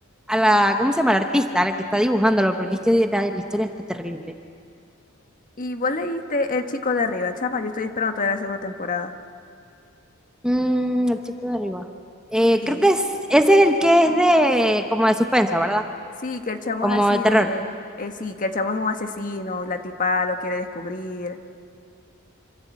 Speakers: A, in the centre; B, on the left.
A: a la, ¿cómo se llama? La artista, a la que está dibujándolo, porque es que la, la historia está terrible.
B: Y vos leíste El chico de arriba, chama. Yo estoy esperando todavía la segunda temporada.
A: Mm, el chico de arriba. Eh,
B: Sí,
A: creo que es, ese es el que es de como de suspenso, ¿verdad?
B: sí, que el chamo
A: Como
B: es así
A: de terror.
B: de. eh, sí, que el chamo es un asesino y la tipa lo quiere descubrir.